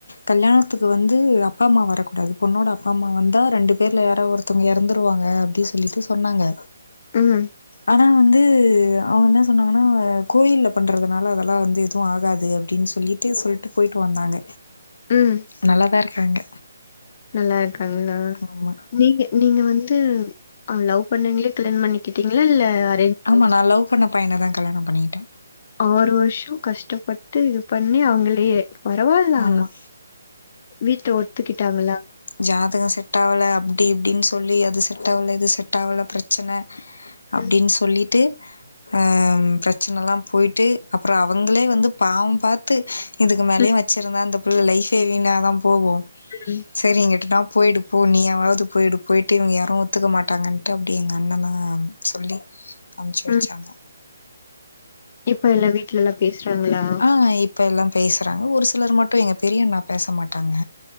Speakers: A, on the left; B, on the left.
A: கல்யாணத்துக்கு வந்து அப்பா அம்மா வரக்கூடாது பொண்ணோட அப்பா அம்மா வந்தா ரெண்டு பேர்ல யாராவ் ஒருத் த்துங்க எறந்துருவாங்க அப்டி சொல்லிட்டு சொன்னாங்க
B: ம்
A: ஆனா வந்து அவுங்க என்னச் சொன்னாங்கனா கோயில்ல பண்றதனால அதலா வந்து எதுவு ஆகாது அப்டின் சொல்லிட்டு சொல்ட் ட்டு போயிட்டு வந்தாங்க
B: ம்
A: நல்லாதா இருக்காங்க
B: நல்லா இருக்காங்களா
A: ஆமா
B: நீங்க நீங்க வந்து அ லவ் பண்ணிங்ளே கல்யாண் பண்ணிகிட்டீங்ளா இல்ல அ
A: ஆமா நா லவ் பண்ண பைனதா கல்யாணம் பண்ணிகிட்டே
B: ஆறு வருஷோ கஷ்டப்பட்டு இதுப் பண்ணி அவுங்களையே பரவால்லா
A: ஆமா
B: வீட்ல ஒத்துகிட்டாங்களா
A: ஜாதகோ செட்டாவல அப்டி இப்டின் சொல்லி அது செட்டாவல இது செட்டாவல பிரச் ச்சன அப்டின்
B: ம்
A: சொல்லிட்டு அ பிரச்சனலாம் போயிட்டு அப்றோ அவுங்களே வந்து பாவம் பாத்து இதுக்கு மேலயு
B: ம்
A: வெச்சுருந்தா இந்த புள்ள லைஃபே வீணாதாம் போவு
B: ம்
A: செரிங்கிட்டுடாம் போயிடுப் போ நீயாவாவுது போயிடு போய்ட்டு இவுங்க யாரு ஒத்துக்க மாட்டாங்கன்ட்டு அப்டே எங்க அண்ணதாங்கம் சொல்லி அம்ச்சு வெச்சாங்க
B: ம் இப்ப எல்லா வீட்லல்லாப் பேச்றாங்ளா
A: ஆ இப்ப எல்லாம் பேசறாங்க ஒரு சிலர் மட்டு எங்க பெரியண்ணா பேசமாட்டாங்க